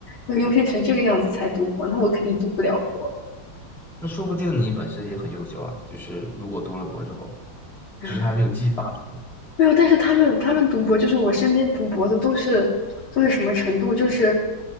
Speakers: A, on the left; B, in the centre.
A: 要优秀成这个样子才读博，那我肯定读不了博。
B: 那说不定你本身也很优秀啊，就是如果读了博之后，
A: <laughs>
B: 只是还没有激发出来。
A: 没有，但是他们他们读博，就是我身边读博的都是都是什么程度？就是